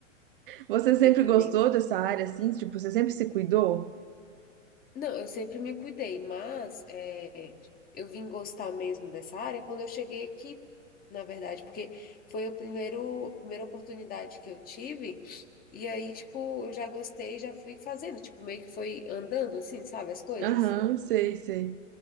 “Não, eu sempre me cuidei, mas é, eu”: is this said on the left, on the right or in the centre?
Left